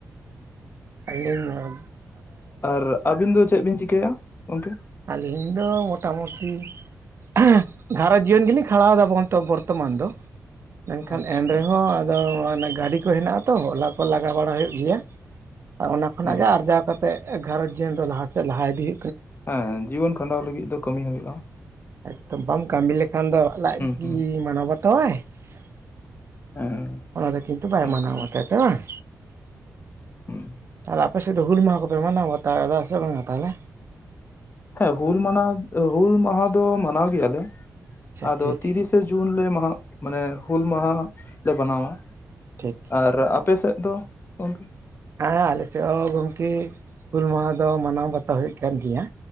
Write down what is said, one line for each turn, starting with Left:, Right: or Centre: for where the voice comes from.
Right: ᱟᱹᱞᱤᱧ ᱱᱚᱣᱟ,
Left: ᱟᱨ ᱟᱹᱵᱤᱱ ᱫᱚ ᱪᱮᱜ ᱵᱤᱱ ᱪᱤᱠᱟᱹᱭᱟ ᱜᱚᱝᱠᱮ?
Right: ᱟᱹᱞᱤᱧ ᱫᱚ ᱢᱚᱴᱟᱢᱩᱴᱤ <inaudible> ᱜᱷᱟᱨᱚᱸᱡᱽ ᱡᱤᱭᱚᱱ ᱜᱮᱞᱤᱧ ᱠᱷᱟᱸᱲᱟᱣ ᱫᱟ ᱵᱚᱱᱛᱚ ᱵᱚᱨᱛᱚᱢᱟᱱ ᱫᱚ ᱾ ᱢᱮᱱᱠᱷᱟᱱ
Left: ᱟᱪᱪᱷᱟ
Right: ᱮᱱ ᱨᱮᱦᱚᱸ ᱟᱫᱚ ᱚᱱᱮ ᱜᱟᱹᱰᱤ ᱠᱚ ᱦᱮᱱᱟᱜ ᱟᱛᱚ ᱚᱞᱟ ᱠᱚ ᱞᱟᱜᱟᱣ ᱵᱟᱲᱟ ᱦᱩᱭᱩᱜ ᱜᱮᱭᱟ᱾ ᱚᱱᱟ ᱠᱷᱚᱱᱟᱜ
Left: ᱦᱩᱸ
Right: ᱜᱮ ᱟᱨᱡᱟᱣ ᱠᱟᱛᱮ ᱜᱷᱟᱨᱚᱸᱡᱽ ᱡᱤᱭᱚᱱ ᱫᱚ ᱞᱟᱦᱟ ᱥᱮᱫ ᱞᱟᱦᱟ ᱤᱫᱤᱜ
Left: ᱦᱮᱸ ᱡᱤᱭᱚᱱ ᱠᱷᱟᱸᱰᱟᱣ ᱞᱟᱹᱜᱤᱫ ᱫᱚ ᱠᱟᱹᱢᱤ ᱦᱩᱭᱩᱜᱼᱟ ᱾
Right: ᱮᱠᱫᱚᱢ ᱵᱟᱢ ᱠᱟᱹᱢᱤ ᱞᱮᱠᱷᱟᱱ ᱫᱚ ᱞᱟᱡ ᱠᱤ
Left: ᱦᱩᱸ
Right: ᱢᱟᱱᱟᱣ ᱵᱟᱛᱟᱣᱟᱭ ᱾
Left: ᱦᱮᱸ
Right: ᱚᱱᱟ ᱫᱚ ᱠᱤᱱᱛᱩ ᱵᱟᱭ
Left: ᱚᱱᱟ
Right: ᱢᱟᱱᱟᱣ
Left: ᱠᱟᱱ
Right: ᱵᱟᱛᱟᱭ ᱛᱟᱭ ᱵᱟᱝ?
Left: ᱦᱩᱸ
Right: ᱟᱨ ᱟᱯᱮᱥᱮᱫ ᱫᱚ ᱦᱩᱞ ᱢᱟᱦᱟᱸ ᱠᱚᱯᱮ ᱢᱟᱱᱟᱣ ᱵᱟᱛᱟᱣᱮᱫᱟ ᱥᱮ ᱵᱟᱝᱼᱟ ᱛᱟᱞᱦᱮ?
Left: ᱠᱷᱟᱡ ᱦᱩᱞ ᱢᱟᱱᱟᱣ ᱦᱩᱞ ᱢᱟᱦᱟᱸ ᱫᱚ ᱢᱟᱱᱟᱣ ᱜᱮᱭᱟᱞᱮ
Right: ᱟᱪᱪᱷᱟ
Left: ᱟᱫᱚ
Right: ᱴᱷᱤᱠ
Left: ᱛᱤᱨᱤᱥ ᱛᱮ ᱡᱩᱱ ᱞᱮ ᱢᱟᱦᱟᱜ ᱢᱟᱱᱮ ᱦᱩᱞ ᱢᱟᱦᱟᱸ ᱢᱮᱱᱛᱮ ᱞᱮ ᱵᱟᱱᱟᱣᱟ ᱾
Right: ᱴᱷᱤᱠ
Left: ᱟᱨ ᱟᱯᱮ ᱥᱮᱫ ᱫᱚ ᱜᱚᱝᱠᱮ?
Right: ᱦᱮᱸ ᱟᱞᱮ ᱥᱮᱫ ᱦᱚᱸ ᱜᱚᱝᱠᱮ ᱦᱩᱞ ᱢᱟᱦᱟᱸ ᱫᱚ ᱢᱟᱱᱟᱣ ᱵᱟᱛᱟᱣ ᱦᱩᱭᱩᱜ ᱠᱟᱱ ᱜᱮᱭᱟ᱾